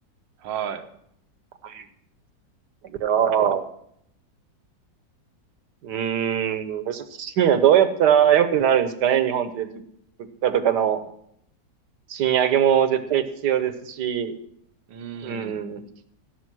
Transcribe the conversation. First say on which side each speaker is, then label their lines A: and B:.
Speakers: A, on the right; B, on the right.
A: は
B: はいいやーうーん、難しいな。どうやったら良くなるんですかね、日本って物物価とかの賃上げも絶対必要ですし、
A: い。うーん。
B: うん、